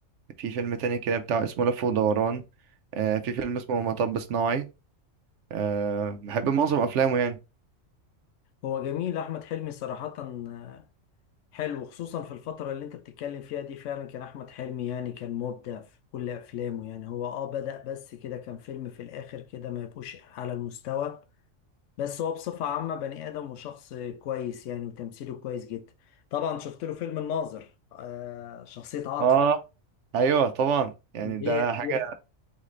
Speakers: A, on the right (about 70°); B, on the left (about 75°).
A: في فيلم تاني كده بتاع اسمه لف ودوران آه في فيلم اسمه مطب صناعي آه بحب معظم افلامه يعني
B: هو جميل احمد حلمي صراحة آه، حلو خصوصا في الفترة اللي انت بتتكلم فيها دي فعلا كان احمد حلمي يعني كان مبدع في كل افلامه يعني هو اه بدأ بس كده كان فيلم في الاخر كده ما يبقوش على المستوى بس هو بصفة عامة بني آدم وشخص كويس يعني وتمثيله كويس جدا طبعا شفت له فيلم الناظر آه شخصية عاطف
A: اه ايوه طبعا يعني
B: دي
A: ده حاجه
B: دي-